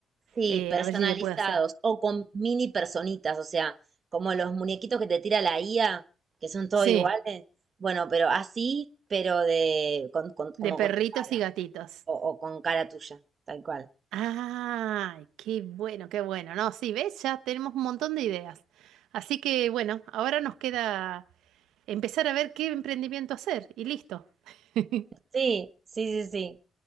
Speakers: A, on the right (about 40°); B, on the right (about 80°).
A: Sí,
B: Eh,
A: personalizados
B: a ver si se puede hacer.
A: o con mini personitas, o sea, como los muñequitos que te tira la IA, que son todos
B: Sí,
A: iguales. Bueno, pero así, pero de con, con- como
B: de perritos
A: con tu cara.
B: y gatitos.
A: o, o con cara tuya, tal cual.
B: ¡Ay, qué bueno, qué bueno! No, sí, ves, ya tenemos un montón de ideas. Así que bueno, ahora nos queda empezar a ver qué emprendimiento hacer y listo. <laughs>
A: Sí, sí, sí, sí.